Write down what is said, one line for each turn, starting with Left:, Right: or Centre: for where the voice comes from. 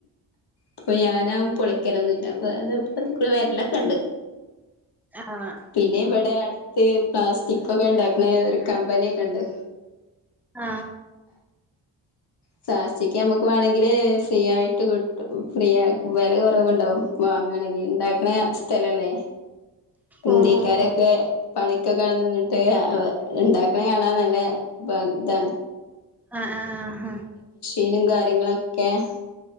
Left: അപ്പ ഞാനാും പൊളിക്കലൊന്നുംില്ല അത അതക്കൂടെ വരലൊക്കെ ഉണ്ട്
Centre: ആണോ
Left: പിന്നെ ഇവിടെ ബട് പലാസ്റ്റിക്ക കണ്ടാ പിനെ ഒരു കമ്പനിയൊക്കെ ഉണ്ട്
Centre: ആ
Left: പ്ലാസ്റ്റിക് നമ്മക്ക് വേണമെങ്കിൽ ഫ്രീ ആയിട്ട് കിട്ടും.. ഫ്രീ ആ വില കുറവിനു കിട്ടും ഇണ്ടാക്കണ സ്ഥലം അല്ലെ. ഹിന്ദി
Centre: ഓഹ് ഓഹ്
Left: കാരൊക്കെ
Centre: ഓഹ്
Left: പണിക് ഒകെ നിന്നട് ഇണ്ടാക്കണ കാണാൻ നല്ലതാ
Centre: ആ ആ ആ
Left: ഇരുങ്ക <inaudible>